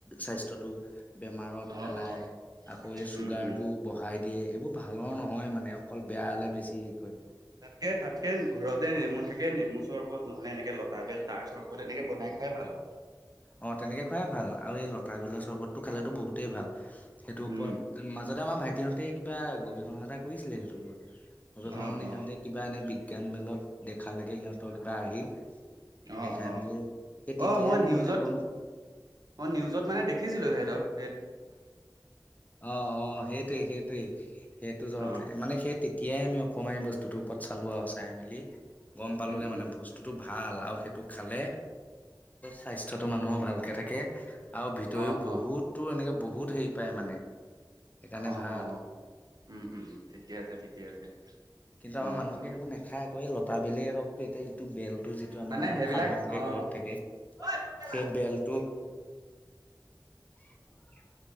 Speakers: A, on the left; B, on the right.
A: স্বাস্থ্য টো। বেমাৰত
B: অ',
A: পেলাই
B: অ',
A: আকৌ এই চুগাৰতটো
B: উম, উম।
A: বঢ়াই দিয়ে এইবোৰ ভালৰ নহয় মানে অকল বেয়ালে বেছি। কৰে
B: তাকে তাকেন ঘৰতে নেমু থাকে নেমু চৰ্বত নহলে এনে লতা বেল তাৰ চৰ্বত এনেকে বনাই খাই ভাল আৰু।
A: অ তেনেকে খোৱাই ভাল আৰু এই লতা বেলৰ চৰ্বতটো খালেতো বহুতেই ভাল, সেইটোৰ
B: উম,
A: ওপৰত <unintelligible> মাজতে আমাৰ ভাইটিহঁতে কিবা গৱেষণ এটা কৰিছিলে সেইটোওপৰত, গৱেষণা
B: অ',
A: মানে
B: অ',
A: সিহঁতে কিবা এনে বিষ কেন মেলত দেখা লগে সিহঁতৰ কিবা আহি
B: অ',
A: দেখাই
B: অ'।
A: মেলি সেই তেতিয়াই
B: অ', মই
A: মই
B: নিউজত
A: মানে গম
B: অ নিউজত মানে দেখিছিলোঁ হেহঁতক।
A: অ অ সেইটোয়ে সেইটোয়ে সেইটো জহতে
B: অ',
A: মানে সেই তেতিয়াই আমি অকণমানি এই বস্তুত টো ওপৰত চালো আৰু চাই মেলি গম পালো
B: উম,
A: গে
B: উম,
A: মানে বস্তুতটো <unintelligible> ভাল আৰু সেইটো খালে স্বাস্থ্যতটো মানুহৰ ভালকে থাকে। আৰু ভিতৰিও
B: অ',
A: বহুত
B: অ',
A: বহুত হেৰি পায় মানে সেইকাৰণে
B: অ',
A: ভাল
B: অ', উম, উম, ঠিকে আছে ঠিকে আছে
A: কিন্তু আমাৰ
B: অ',
A: মানুহ
B: অ',
A: সেইবোৰ নেখাই অক লতা বেলই হওক তো এতিয়া ইটো বেল <unintelligible> টো যিটো আমাৰ
B: মানে সেইবিলাক
A: সাধাৰণতে
B: অ',
A: ঘৰত
B: অ
A: থাকে সেই
B: ঐ ফোন কেলা
A: বেলটো <unintelligible> <inaudible>